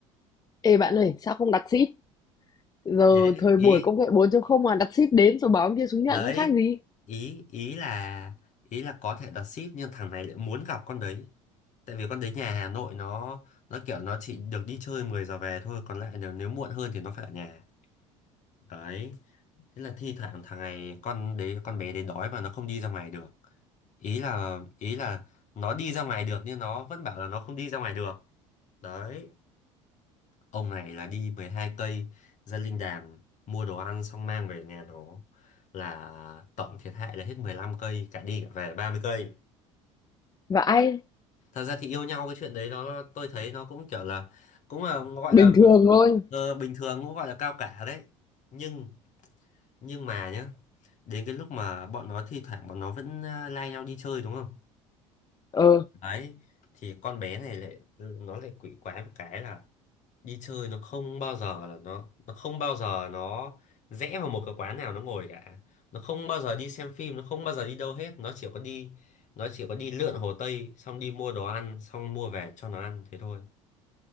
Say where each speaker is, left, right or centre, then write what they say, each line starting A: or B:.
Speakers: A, on the left; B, on the left.
A: ê bạn ơi sao không đặt ship giờ
B: thế
A: thời
B: ý
A: buổi công nghệ 4 không mà đặt ship đến rồi báo ông kia xuống nhận
B: đấy
A: nó khác gì
B: ý ý là ý là có thể đặt ship nhưng thằng này lại muốn gặp con đấy tại vì con đến nhà Hà Nội nó nó kiểu nó chỉ được đi chơi 10 giờ về thôi còn lại nếu, nếu muộn hơn thì nó phải ở nhà đấy thế là thi thoảng thằng này con đấy con bé đấy đói mà nó không đi ra ngoài được ý là ý là nó đi ra ngoài được nhưng nó vẫn bảo là nó không đi ra ngoài được đấy ông này là đi 12 cây ra Linh Đàm mua đồ ăn xong mang về nhà nó là tổng thiệt hại là hết 15 cây cả đi cả về 30 cây
A: và ai
B: thật ra thì yêu nhau cái chuyện đấy nó tôi thấy nó cũng kiểu là cũng là gọi
A: bình
B: là
A: thường thôi
B: ờ, bình thường cũng gọi là cao cả đấy nhưng nhưng mà nhá đến cái lúc mà bọn nó thi thoảng bọn nó vẫn uh, lai nhau đi chơi đúng không
A: ờ
B: đấy thì con bé này lại ừ, nó lại quỷ quái một cái là đi chơi nó không bao giờ là nó nó không bao giờ nó rẽ vào một cái quán nào nó ngồi cả nó không bao giờ đi xem phim nó không bao giờ đi đâu hết nó chỉ có đi nó chỉ có đi lượn Hồ Tây xong đi mua đồ ăn xong mua về cho nó ăn thế thôi